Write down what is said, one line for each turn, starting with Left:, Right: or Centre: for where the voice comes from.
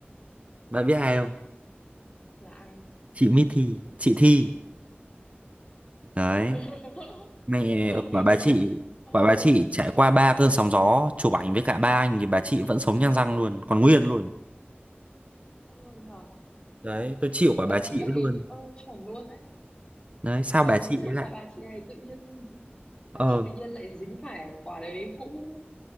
Right: bạn biết ai không
Left: là ai
Right: chị Mithy chị Thi đấy
Left: <laughs>
Right: mẹ
Left: ờ
Right: quả bà
Left: nhở
Right: chị
Left: ờ
Right: quả bà chị
Left: nhở
Right: trải
Left: cả
Right: qua ba
Left: ba
Right: cơn sóng gió chụp ảnh với cả ba anh thì bà chị vẫn sống nhăn răng luôn còn nguyên luôn
Left: Ờ nhờ
Right: đấy tôi chịu quả
Left: bà
Right: bà chị
Left: chị ấy
Right: ấy luôn
Left: ờ chuẩn luôn đấy
Right: đấy sao
Left: chuẩn
Right: bà
Left: chính
Right: chị
Left: xác
Right: ấy lại
Left: là bà chị ấy tự nhiên bà
Right: ờ
Left: chị tự nhiên lại dính phải quả đấy cũng